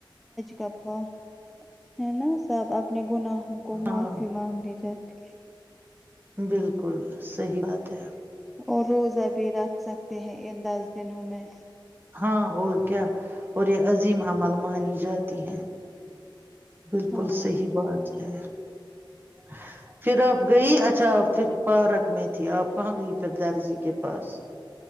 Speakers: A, in the centre; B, on the right.
A: کپ <unintelligible> ہے نا سب اپنے گناہوں کو
B: ہاں
A: معافی مانگنی جات <inaudible>
B: بالکل صحی بات ہے
A: اور روزہ بھی رکھ سکتے ہیں ان دس دنوں میں
B: ہاں اور کیا اور یہ عظیم عمل مانی جاتی ہے بالکل
A: ہاں
B: صحیح بات اھ <unintelligible> پھر آپ گئی اچھا آپ پھر پار میں تھی آپ کہاں گئی پردارزی کے پاس